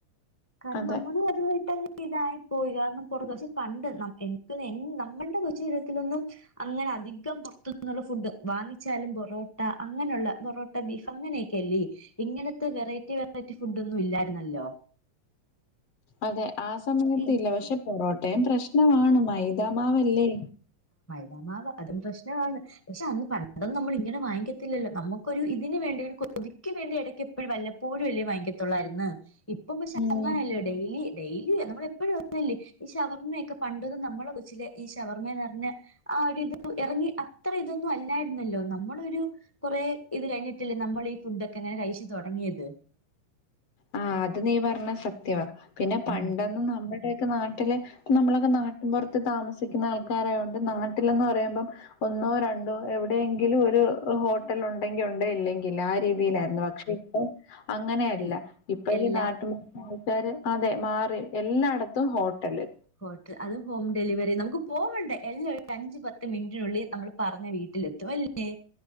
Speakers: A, on the left; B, on the left.
A: കാരണം
B: അതെ.
A: നമ്മളും അതുവായിട്ടങ്ങ് ഇതായി പോയി കാരണം പൊറത്ത് പണ്ട് നം എനിക്ക് എൻ നമ്മള്ടെ കൊച്ചീരത്തിലൊന്നും അങ്ങനെ അധികം പൊറ്ത്തുന്നള്ള ഫുഡ് വാങ്ങിച്ചാലും പൊറോട്ട അങ്ങനെയുള്ള പൊറോട്ട ബീഫ് അങ്ങനെയൊക്കെല്ലേ ഇങ്ങനത്തെ ത്തെ വെറൈറ്റി വെറൈറ്റി ഫുഡൊന്നും ഇല്ലായിരുന്നല്ലോ
B: അതെ ആ സമയത്തില്ല
A: ഏ
B: പക്ഷെ പൊറോട്ടയും പ്രശ്നമാണ് മ മൈതാമാവല്ലേ.
A: മൈതാമാവ് അതും പ്രശ്നമാണ് പക്ഷെ അന്ന് പണ്ടൊന്നും നമ്മൾ ഇങ്ങനെ വാങ്ങിക്കത്തിലല്ലോ നമുക്കൊരു ഇതിന് വേണ്ടിയൊരു കൊതിക്ക് വേണ്ടി എടയ്ക്ക് എപ്പോഴും വല്ലപ്പോഴും അല്ലെ വാങ്ങിക്കത്തൊള്ളായിര്ന്നു ഇപ്പം പക്ഷേ
B: ഉം.
A: അങ്ങനെല്ലേ ഡെയിലി ഡെയിലി നമ്മള് എപ്പോഴും <unintelligible> ഈ ഷവർമയൊക്കെ പണ്ടത് നമ്മൾ മ്മളെ കൊച്ചിലെ ഈ ശവർമേന്ന് പർഞ്ഞാ ആരിത് ഇറങ്ങി അത്ര ഇതൊന്നും അല്ലായിരുന്നല്ലോ നമ്മള്ളൊരു കൊറേ ഇത് കഴിഞ്ഞിട്ടില്ലേ നമ്മൾ ഈ ഫുഡൊക്കെ ഇങ്ങനെ കഴിച്ചു തുടങ്ങിയത്.
B: ആ അത് നീ പറഞ്ഞ സത്യവാ പിന്നെ പണ്ടൊന്നും
A: ഉം
B: നമ്മൾ മ്മളെ നാട്ടില് നമ്മളൊക്കെ നാട്ടിൻപൊറത്ത് താമസിക്കുന്ന ആൾക്കാരായൊണ്ട് നാട്ടിലെന്നു പറയുമ്പം ഒന്നോ രണ്ടോ എവിടെയെങ്കിലും ഒരു ഹോട്ടൽ ഉണ്ടെങ്കിൽ ഉണ്ടേ ഇല്ലെങ്കിൽ ഇല്ല ആ രീതിയിലായിരുന്നു പക്ഷെ ഇപ്പം അങ്ങനെയല്ല
A: എൽ
B: ഇപ്പ
A: എല്ലാ
B: ഈ നാട്ടു <unintelligible> ആൾക്കാര് അതെ മാറി എല്ലാടത്തും ഹോട്ടല്.
A: ഹോട്ടൽ അതും ഹോം ഡെലിവറി നമുക്ക് പോവണ്ടെ എല്ലാം ഒരു അഞ്ച് പത്ത് മിനിറ്റിനുള്ളിൽ നമ്മൾ പറഞ്ഞ വീട്ടി ട്ടിലെത്തുവല്ലേ.